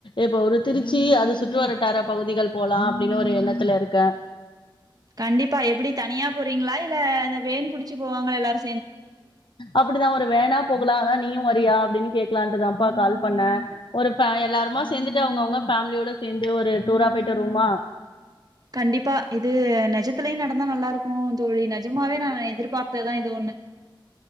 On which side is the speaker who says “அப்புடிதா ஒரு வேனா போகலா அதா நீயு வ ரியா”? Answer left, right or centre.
Left